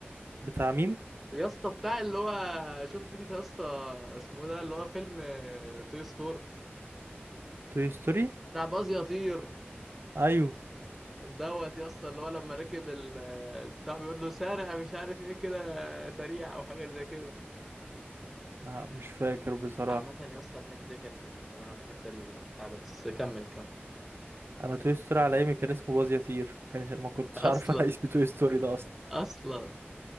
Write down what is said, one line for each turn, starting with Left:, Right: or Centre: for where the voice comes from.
Right: بتاع مين
Centre: يا اسطى بتاع اللي هو شفت انت يا اسطى اسمه ده اللي هو فيلم توي ستور
Right: توي ستوري
Centre: بتاع باز يطير
Right: ايوه
Centre: دوت يا اسطى اللي هو لما ركب ال- البتاع بيقول له سارع مش عارف ايه كده سريع او حاجه زي كده
Right: ما مش فاكر بصراحه
Centre: عامه يا اسطى الحته دي كانت حلوه بصراحه بحب البتاع ده بس كمل كمل
Right: انا توي ستوري على ايامي كان اسمه باز يطير ما كانش ما كنتش
Centre: اصلا
Right: عارف <laughs> انا اسمي توي ستوري ده اصلا
Centre: اصلا